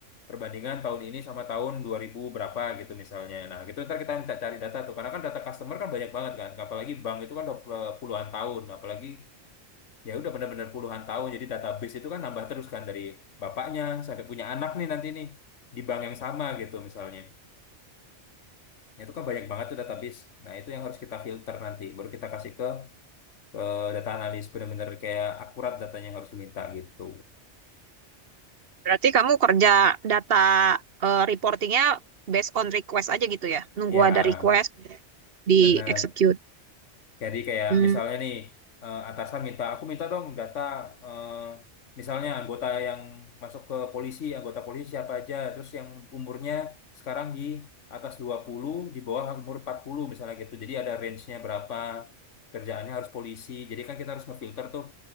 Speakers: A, on the left; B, on the right.
A: perbandingan tahun ini sama tahun 2000 berapa gitu misalnya. Nah, gitu ntar kita minta cari data tuh. Karena kan data customer kan banyak banget kan. Apalagi bank itu kan udah eh, puluhan tahun. Apalagi ya udah benar-benar puluhan tahun. Jadi database itu kan nambah terus kan dari bapaknya sampai punya anak nih nanti nih di bank yang sama gitu misalnya. Nah, itu kan banyak banget tuh database. Nah, itu yang harus kita filter nanti. Baru kita kasih ke ke data analis benar-benar kayak akurat datanya yang harus diminta gitu.
B: Berarti kamu kerja data eh, reportingnya based on request aja gitu ya? Nunggu
A: Ya,
B: ada request di
A: benar.
B: execute.
A: Jadi kayak
B: Hmm.
A: misalnya nih eh, atasan minta aku minta dong data eh, misalnya anggota yang masuk ke polisi, anggota polisi siapa aja, terus yang umurnya sekarang di atas 20, di bawah umur 40 misalnya gitu. Jadi ada range-nya berapa, kerjaannya harus polisi. Jadi kan kita harus ngefilter tuh.